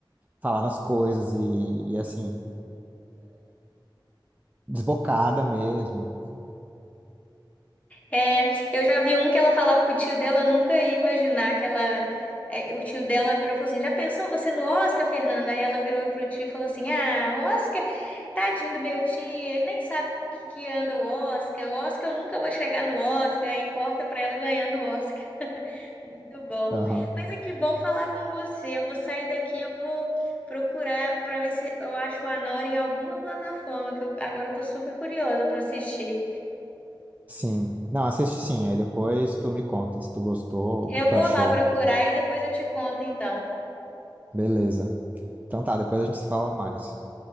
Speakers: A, on the right; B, on the left.
A: Falava as coisas e, e, assim, desbocada mesmo.
B: É, eu já vi um que ela falava que o tio dela nunca ia imaginar que ela. é, o tio dela virou e falou assim: Já pensou você no Oscar, Fernanda? Aí ela virou pro tio e falou assim: Ah, o Oscar, tadinho do meu tio, ele nem sabe o que, que anda o Oscar, o Oscar, eu nunca vou chegar no Oscar. Aí corta pra ela ganhando o Oscar. Muito bom.
A: Aham,
B: Mas é que bom falar com você. Eu vou sair daqui, eu vou procurar para ver se eu acho o Anora em alguma plataforma, que eu, agora eu tô super curiosa para assistir.
A: Sim. Não, assiste sim, aí depois tu me conta se tu gostou,
B: Eu
A: o que que tu
B: vou
A: achou.
B: lá procurar e depois eu te conto, então.
A: Beleza. Então tá, depois a gente se fala mais.